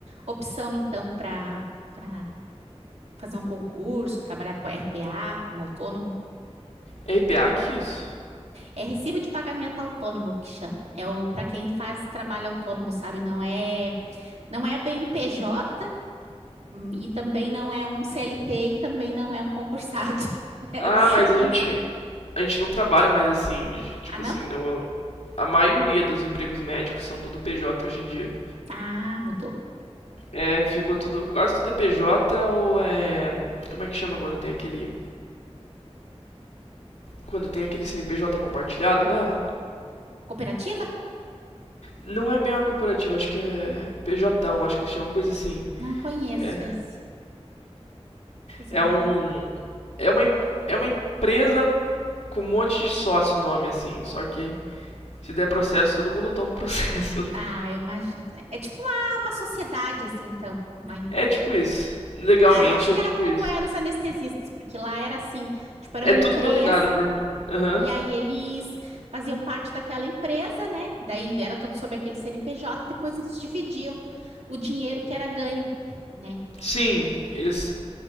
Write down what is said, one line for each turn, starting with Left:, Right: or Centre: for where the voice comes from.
Right: opção então para para fazer um concurso, trabalhar para RPA como autônomo.
Left: RPA, que que é isso?
Right: É recibo de pagamento autônomo que chama. É o para quem faz trabalho autônomo, sabe? Não é, não é bem um PJ e também não é um CLT e também não é um concursado. <laughs> É,
Left: Ah, mas
Right: é
Left: a gente
Right: um-
Left: a gente não trabalha mais assim, tipo
Right: ah, não?
Left: assim, no, a maioria dos empregos médicos são tudo PJ hoje em dia.
Right: Ah, mudou.
Left: É, ficou tudo, quase tudo é PJ ou é, como é que chama quando tem aquele, quando tem aquele CNPJ compartilhado lá?
Right: Cooperativa?
Left: Não é bem uma corporativa, acho que é PJ, acho que eles chamam coisa assim.
Right: Não conheço
Left: É,
Right: esse. Esse
Left: é
Right: eu não conheço.
Left: um. É uma, em- é uma empresa com um monte de sócio nome, assim. Só que se der processo, todo mundo toma o processo. <laughs>
Right: Ah, eu imagino. É é tipo uma, uma sociedade, assim, então. Uma
Left: É tipo isso. Legalmente
Right: Ah, eu acho que
Left: é tipo
Right: era como
Left: isso.
Right: eram os anestesistas, porque lá era assim, tipo, era
Left: É
Right: uma
Left: tudo
Right: empresa
Left: dominado por. Aham.
Right: E aí eles faziam parte daquela empresa, né? Daí era tudo sobre aquele CNPJ, depois eles dividiam o dinheiro que era ganho, né?
Left: Sim, eles.